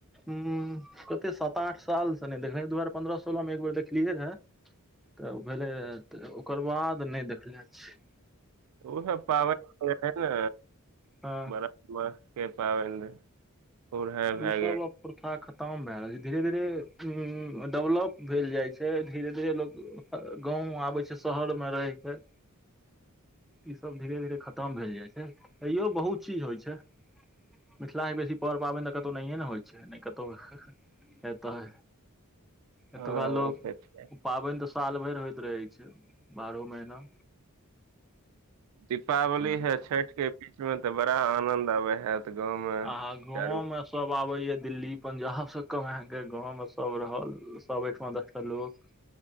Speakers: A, in the centre; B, on the right (about 85°).
A: हूं कते सात आठ साल से नहि देखल दू हजार पन्द्रह सोलह मे एक बेर देखलियै रहै
B: <inaudible>
A: तऽ भेले रहय तऽ ओकर बाद नहि देखले छिये
B: ओ सब पाबनि हो है ने
A: हँ
B: बरा <unintelligible> म के पाबनि हूर हाय भए
A: ई सब
B: गेल
A: प्रथा खतम भए रहल छै धीरे धीरे डेवलप भेल जाइ छै धीरे धीरे लोक गाँव आबै छै शहर मे रहिके
B: ह <inaudible>
A: ई सब धीरे धीरे खतम भेल जाय छै तयो बहुत चीज होइ छै मिथिला मे बेसी पर पाबनि तऽ कतउ नहिए ने होइ छै नहि कतौ ए तऽ एतुका
B: हँ
A: लोक
B: ओ सब छै
A: पाबनि तऽ साल भरि होइत रहैत छै बारहो महीना
B: दीपावली
A: तऽ
B: हे छठि के बीच में तऽ बड़ा आनंद आबे हैत गाँवमे
A: आहाँ गाँव
B: चारू
A: मे सब सब आबे या दिल्ली पंजाब सँ कमाके गाँव मे सब रहल सब एकठमा दसटा लोक